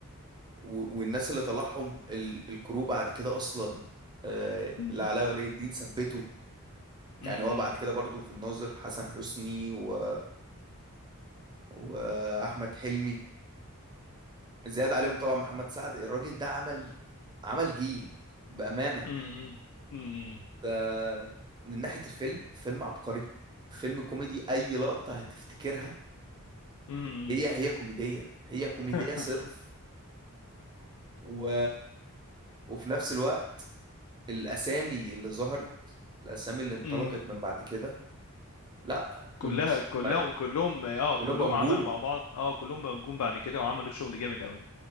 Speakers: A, on the right; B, on the left.
A: و- والناس اللي طلعهم ال- الكرو بعد كده اصلا آه
B: <laughs>
A: اللي علاء ولي الدين ثبته يعني
B: أمم،
A: هو
B: أمم،
A: بعد كده برضو في الناظر حسن حسني و... واحمد حلمي زياد عليهم طبعا محمد سعد الراجل ده عمل عمل جيل بأمانة
B: أمم، أمم، أمم،
A: ده من ناحية الفيلم فيلم عبقري فيلم كوميدي أي لقطة هتفتكرها
B: أمم.
A: هي هي كوميدية هي كوميدية
B: <laughs>
A: صرف و... وفي نفس الوقت الأسامي اللي ظهرت الأسامي اللي انطلقت
B: أمم.
A: من بعد كده لا
B: كلها
A: مش
B: كلهم
A: طبيعية
B: كلهم اه
A: كلهم
B: كلهم
A: بقى نجوم
B: عملوا مع بعض اه كلهم جم بعد كده وعملوا شغل جامد قوي